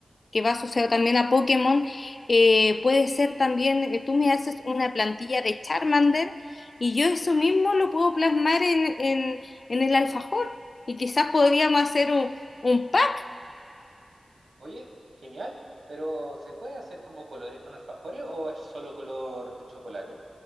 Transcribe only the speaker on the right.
Oye, genial, pero ¿se puede hacer como colores con alfajores o es solo color chocolate?